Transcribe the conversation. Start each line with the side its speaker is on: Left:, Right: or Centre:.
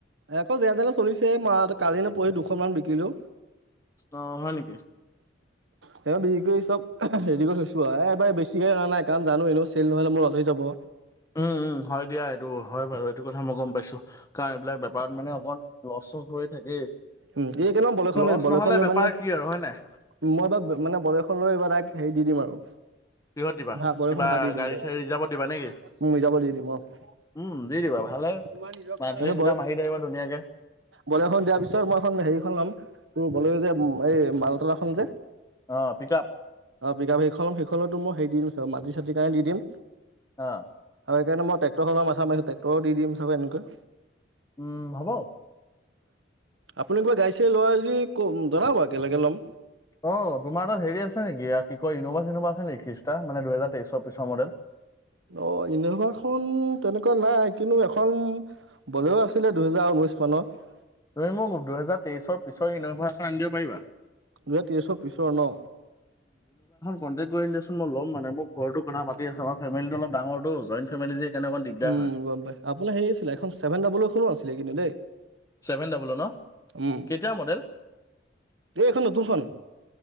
Right: আকৌ যে যেনে-তেনে চলিছে, মাহত কালি নো বহি দুশন মান বিকিলো।
Left: অ' হয় নেকি?
Right: চব বিক্ৰী কৰি চব ৰেডি কৰি থৈছোঁ, এ এবাৰ বেছিকে অনা নাই কাৰণ জানোঁ এনেও চেল নহ'লে মোৰ অথলে যাব।
Left: উম' উম' হয় দিয়া। এইটো হয় বাৰু এইটো কথা মই গম পাইছোঁ কাৰণ এইবিলাক বেপাৰত মানে অকণ লছ চছ হৈ থাকেই
Right: উম' এই কেইদিন বলেৰখন
Left: লছ
Right: লম, বলেৰখন
Left: নহ'লে
Right: লম
Left: বেপাৰ
Right: নহয়
Left: কি আৰু হয় নাই
Right: মই এইবাৰ মানে বলেৰখন লৈ, এইবাৰ ডাইৰেক্ট হেৰি দি দিম আৰু
Left: কিহত দিবা
Right: ভা বলেৰখন
Left: কিবা
Right: ভাড়া দি
Left: গাড়ী
Right: দিম দে,
Left: চাড়ী ৰিজাৰ্ভত দিবা নেকি
Right: উম' ৰিজাৰ্ভ দি দিম অ'। তোমাৰ
Left: উম দি দিবা ভালে
Right: নিজৰ
Left: মান্থলি ইনকাম আহি থাকিব ধুনীয়াকে
Right: বলেৰখন তাৰ পিছত মইখন হেৰিখন লম তোৰ বলেৰখন যে এই মালতনাখন যে।
Left: অ পিক আপ
Right: অ' পিকাপ সেইখন, সেইখনতো মই হেৰি দি দিম মাটি-চাটি কাৰণে দি দিম।
Left: অ'
Right: কিয়নো মই টেক্টৰখন মাথা মাৰিছোঁ, টেক্টৰ দিম চাগে এনেকৈ।
Left: উম, হ'ব।
Right: আপুনি কিবা গাড়ী ছাৰী লয় আজি ক' জনাব একেলগে ল'ম।
Left: অ, তোমাৰ তাত হেৰি আছে নেকি ইয়া কি কয় ইন'ভা- চিন'ভা আছে নেকি খ্ৰীষ্টা দুহেজাৰ তেইছৰ পিছৰ মডেল?
Right: অ, ইন'ভাখন তেনেকুৱা নাই কিন্তু এখন বলেৰু আছিলে দুহেজাৰ ঊ <unintelligible>
Left: তুমি মোক দুহেজাৰ তেইছ পিছৰ ইউনিভাৰ এখন আনি দিব পাৰিবা?
Right: দুহেজাৰ তেইছৰ পিছৰ ন?
Left: কন্তেক কৰিম দেচোন মই মানে মোক ঘৰটো কথা পাতি আছে আমাৰ ফেমেলিটো অলপ দাঙৰটো জইন ফেমিলি যে সেইকাৰণে অকণ দিগদাৰ
Right: উম,
Left: হয়।
Right: গম পাই আপোনাৰ হেই আছিলে এখন ছেভেন ডাব্লুখনো আছিলে কিন্তু দে।
Left: ছেভেন ডাবুলৰ ন?
Right: উম,
Left: কেতিয়াৰ মডেল?
Right: এ-এখন নতুন খন।